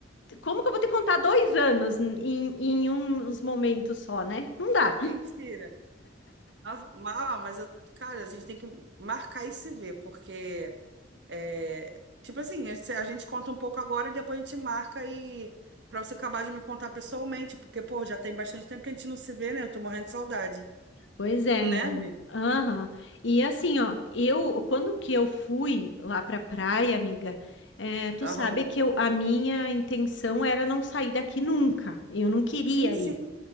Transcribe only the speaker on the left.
Como que eu vou te contar dois anos em, em uns momentos só, né? Não dá.
Pois é,
menina.
Aham. E assim, ó, eu, quando que eu fui lá pra praia, amiga, é, tu
sabe que eu, a minha intenção era não sair daqui nunca. Eu não queria
ir.